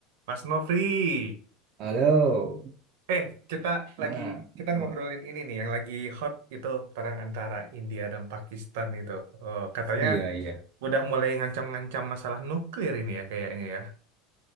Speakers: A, on the right; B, on the right.
A: Mas Nofri,
B: Halo,
A: eh kita
B: mana?
A: lagi
B: Gama?
A: kita ngobrolin ini nih yang lagi hot itu perang antara India dan Pakistan itu. Oh, katanya
B: Iya, iya.
A: udah mulai ngancam-ngancam masalah nuklir ini ya kayaknya ya.